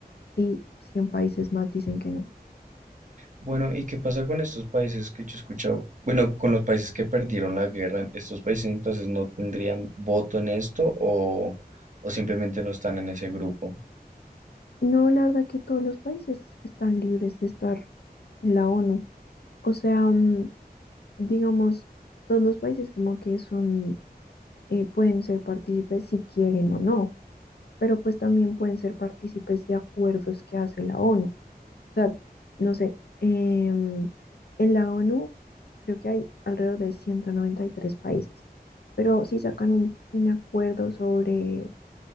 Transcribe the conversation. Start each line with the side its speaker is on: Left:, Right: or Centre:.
Left: si 100 países más dicen que no.
Right: Bueno, ¿y qué pasa con estos países que yo he escuchado? Bueno, con los países que perdieron la guerra, ¿estos países entonces no tendrían voto en esto o, o simplemente no están en ese grupo?
Left: No, la verdad que todos los países están libres de estar en la ONU. O sea, mm, digamos, todos los países como que son, eh, pueden ser partícipes si quieren o no. pero pues también pueden ser partícipes de acuerdos que hace la ONU. O sea, no sé, em, en la ONU creo que hay alrededor de 193 países, pero si sacan un, un acuerdo sobre,